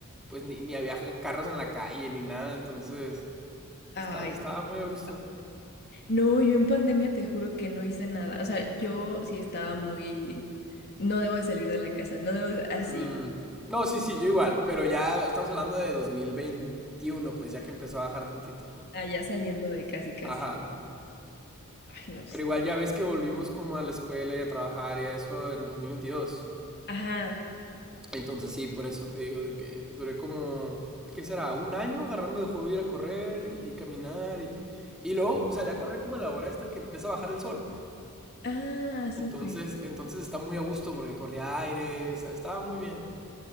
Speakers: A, in the centre; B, on the left.
A: pues ni, ni había carros en la calle ni nada. Entonces
B: Ay,
A: estaba, estaba
B: está
A: muy
B: muy
A: a gusto.
B: No, yo en pandemia te juro que no hice nada. O sea, yo sí estaba muy... No debo de salir de la casa, no debo de- así,
A: Mm. No, sí, sí, yo igual. Pero ya estamos hablando de 2021, pues ya que empezó a bajar tantito.
B: allá saliendo de casi casi.
A: Ajá.
B: Ay, no, sí.
A: Pero igual ya ves que volvimos como a la escuela y a trabajar y a eso en 2022.
B: Ajá.
A: Entonces sí, por eso te digo de que duré como, ¿qué será? Un año agarrando de hobby ir a correr y, y caminar y... Y luego salí a correr como a la hora esta que empieza a bajar el sol.
B: Ah, súper.
A: Entonces, entonces está muy a gusto porque corría aire, está- estaba muy bien.